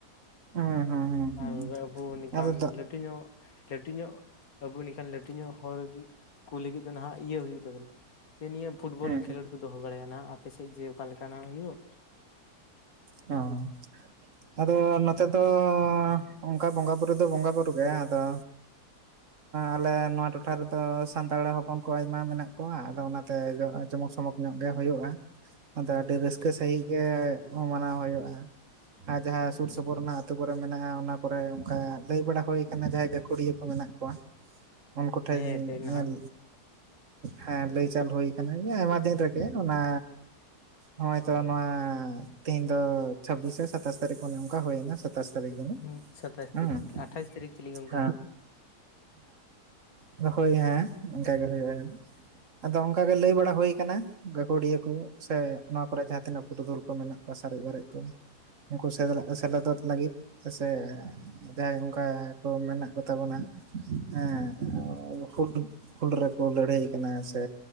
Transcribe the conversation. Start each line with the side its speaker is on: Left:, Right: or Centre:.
Right: ᱦᱮᱸ ᱦᱮᱸ ᱦᱮᱸ
Left: ᱟᱨ
Right: ᱦᱮᱸ
Left: ᱟᱵᱚ ᱱᱚᱝᱠᱟᱱ
Right: ᱟᱫᱚ
Left: ᱞᱟᱹᱴᱩ ᱞᱟᱹᱴᱩ ᱧᱚᱜ ᱞᱟᱹᱴᱩ ᱧᱚᱜ ᱟᱵᱚ ᱱᱮᱝᱠᱟᱱ ᱞᱟᱹᱴᱩ ᱧᱚᱜ ᱦᱚᱲ ᱜᱮ ᱠᱩᱞᱤ ᱞᱟᱹᱜᱤᱫ ᱫᱚ ᱱᱟᱦᱟᱜ ᱤᱭᱟᱹ ᱦᱩᱭᱩᱜ ᱛᱟᱵᱮᱱᱟ ᱡᱮ ᱱᱤᱭᱟᱹ ᱯᱷᱩᱴᱵᱚᱞ,
Right: ᱦᱮᱸ
Left: ᱠᱷᱮᱞᱳᱰ
Right: ᱦᱮᱸ
Left: ᱠᱚ ᱫᱚᱦᱚ ᱵᱟᱲᱟᱭᱟ ᱱᱟᱜ ᱟᱯᱮᱥᱮᱫ ᱡᱮ ᱚᱠᱟ ᱞᱮᱠᱟᱱᱟᱜ ᱦᱩᱭᱩᱜ?
Right: ᱚᱸ ᱟᱫᱚ ᱱᱚᱛᱮ ᱫᱚ ᱚᱱᱠᱟ ᱵᱚᱸᱜᱟ ᱵᱩᱨᱩ ᱫᱚ ᱵᱚᱸᱜᱟ ᱜᱩᱴᱩ ᱜᱮ ᱟᱫᱚ ᱟᱞᱮ ᱱᱟᱣᱟ ᱴᱩ ᱴᱚᱴᱷᱟ ᱨᱮᱫᱚ ᱥᱟᱱᱛᱟᱲ ᱦᱚᱯᱚᱱ ᱠᱚ ᱟᱭᱢᱟ ᱢᱮᱱᱟᱜ ᱠᱚᱣᱟ ᱟᱫᱚ ᱚᱱᱟᱛᱮ ᱡᱚᱢᱚᱠ ᱥᱚᱢᱚᱠ ᱧᱚᱜ ᱜᱮ ᱦᱩᱭᱩᱜᱼᱟ᱾ <unintelligible> ᱟᱫᱚ ᱟᱹᱰᱤ
Left: ᱟᱪᱪᱷᱟ
Right: ᱨᱟᱹᱥᱠᱟᱹ
Left: ᱟᱪᱪᱷᱟ
Right: ᱥᱟᱺᱦᱤᱡ ᱜᱮ ᱢᱟᱱᱟᱣ ᱦᱩᱭᱩᱜᱼᱟ ᱟᱨ ᱡᱟᱦᱟᱸ ᱥᱩᱨ
Left: ᱟᱪᱪᱷᱟ
Right: ᱥᱩᱯᱩᱨ ᱨᱮᱱᱟᱜ ᱟᱹᱛᱩ ᱠᱚᱨᱮ ᱢᱮᱱᱟᱜᱼᱟ ᱚᱱᱟ ᱠᱚᱨᱮ ᱚᱱᱠᱟ ᱞᱟᱹᱭ ᱵᱟᱲᱟ ᱦᱩᱭ ᱟᱠᱟᱱᱟ ᱡᱟᱦᱟᱸᱭ ᱜᱟᱹᱠᱷᱩᱲᱤᱭᱟᱹ ᱠᱚ ᱢᱮᱱᱟᱜ ᱠᱚᱣᱟ, ᱩᱱᱠᱩ ᱴᱷᱮᱱ
Left: ᱦᱮᱸ
Right: ᱤᱧ
Left: ᱮᱱᱛᱮᱫ
Right: ᱧᱮᱞ
Left: ᱱᱟᱦᱟᱜ
Right: ᱦᱮᱸ ᱞᱟᱹᱭ ᱪᱟᱞ ᱦᱩᱭ ᱠᱟᱱᱟ ᱟᱭᱢᱟ ᱫᱤᱱ ᱨᱮᱜᱮ ᱚᱱᱟ ᱱᱚᱜᱼᱚᱭᱛᱚ ᱱᱚᱣᱟ ᱛᱤᱦᱤᱧ ᱫᱚ ᱪᱷᱟᱵᱽᱵᱤᱥ ᱥᱮ ᱥᱟᱛᱟᱥ ᱛᱟᱹᱨᱤᱠᱷ ᱚᱱᱮ ᱚᱱᱠᱟ ᱦᱩᱭᱱᱟ᱾ ᱥᱟᱛᱟᱥ ᱛᱟᱨᱤᱠᱷ ᱦᱩᱸ
Left: ᱦᱮᱸ ᱥᱟᱛᱟᱥ
Right: ᱦᱮᱸ
Left: ᱛᱟᱹᱨᱤᱠᱷ ᱟᱴᱷᱟᱥ ᱛᱟᱹᱨᱤᱠᱷ ᱪᱤᱞᱤ ᱜᱚᱝᱠᱮ
Right: ᱦᱮᱸ ᱦᱳᱭ ᱦᱮᱸ ᱚᱱᱠᱟ ᱜᱮ ᱦᱩᱭᱩᱜᱼᱟ᱾ ᱟᱫᱚ ᱚᱱᱠᱟ ᱜᱮ ᱞᱟᱹᱭ ᱵᱟᱲᱟ ᱦᱩᱭ ᱟᱠᱟᱱᱟ ᱜᱟᱹᱠᱷᱩᱲᱤᱭᱟᱹ ᱠᱚ᱾ ᱥᱮ ᱱᱚᱣᱟ ᱠᱚᱨᱮ ᱡᱟᱦᱟᱸ ᱛᱤᱱᱟᱹᱜ ᱯᱩᱨᱩᱫᱷᱩᱞ ᱠᱚ ᱢᱮᱱᱟᱜ ᱠᱚᱣᱟ ᱥᱟᱨᱮᱡ ᱵᱟᱨᱮᱡ ᱠᱚ, ᱩᱱᱠᱩ ᱥᱮᱞᱮᱫᱚᱜ ᱥᱮᱞᱮᱫᱚᱜ ᱞᱟᱹᱜᱤᱫ ᱥᱮ, ᱡᱟᱦᱟᱸᱭ ᱚᱱᱠᱟ ᱠᱚ ᱢᱮᱱᱟᱜ ᱠᱚᱛᱟ ᱵᱚᱱᱟ ᱦᱮᱸ ᱦᱩᱰ ᱯᱷᱩᱞ <unintelligible> ᱨᱮᱠᱚ ᱞᱟᱹᱲᱦᱟᱹᱭ ᱠᱟᱱᱟ ᱥᱮ